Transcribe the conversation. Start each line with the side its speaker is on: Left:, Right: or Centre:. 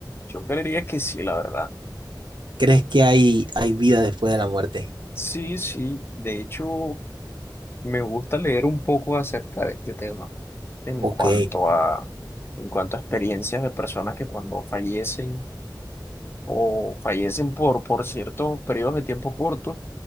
Left: yo creería que sí, la verdad.
Right: ¿Crees que hay, hay vida después de la muerte?
Left: Sí, sí. De hecho, Me gusta leer un poco acerca de este tema en
Right: Ok,
Left: cuanto a, en cuanto a experiencias de personas que cuando fallecen o fallecen por, por ciertos periodos de tiempo cortos,